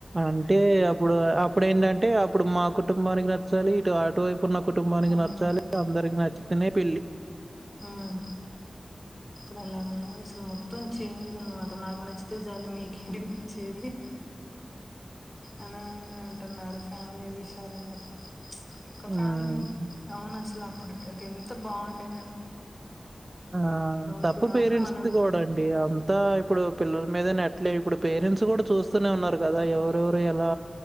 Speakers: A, on the right; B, on the left.
A: అంటే అప్పుడు, అప్పుడెంటంటే అప్పుడు మా కుటుంబానికి నచ్చాలి. ఇటు, అటువైపు ఉన్న కుటుంబానికి
B: అవునవును.
A: నచ్చాలి, అందరికి నచ్చితేనే పెళ్ళి.
B: హుమ్మ్, ఇప్పుడలా గాద్ అసలు మొత్తం చేంజుర్ అన్నమాట్ ట. నాకు నచ్చితే చాలు, మీకేంటిది నచ్చేది. అన అన్ అంటున్నారు, ఫ్యామిలీ విషయాలల్లో. ఒక
A: హ్మ్.
B: ఫ్యామిలీ, అవును అసల్ అప్పుడు అది ఎంత బాగుండేద్
A: ఆ తప్పు
B: ఇప్పుడు
A: పేరెంట్స్
B: అవును మనం
A: ది కూడా అండి ఆమ్. తా, ఇప్పుడు పిల్లల మీదనే నేట్లే, ఇప్పుడు పేరెంట్స్ కూడా చూస్తూనే ఉన్నారు గదా, ఎవరెవరు ఎలా